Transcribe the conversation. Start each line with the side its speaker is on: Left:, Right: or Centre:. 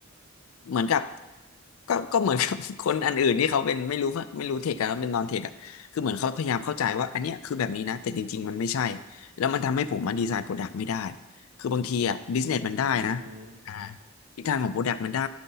Left: เหมือนกับก็ก็เหมือนกับ <laughs> คนอันอื่นที่เขาเป็นไม่รู้ว่าไม่รู้เทคอะเป็นนอนเทคอะคือเหมือนเขาพยายามเข้าใจว่าอันเนี้ยคือแบบนี้นะแต่จริงๆมันไม่ใช่แล้วมันทำให้ผมมาดีไซน์โปรดักต์ไม่ได้คือบางทีอะบิสเนสมันได้นะ
Right: อืม
Left: อ่าทิศทางของโปรดักต์มันได้